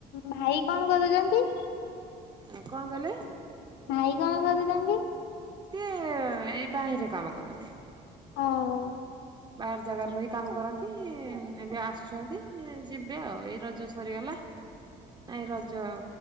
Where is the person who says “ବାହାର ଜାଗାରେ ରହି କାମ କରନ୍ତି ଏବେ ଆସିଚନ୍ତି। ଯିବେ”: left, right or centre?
Right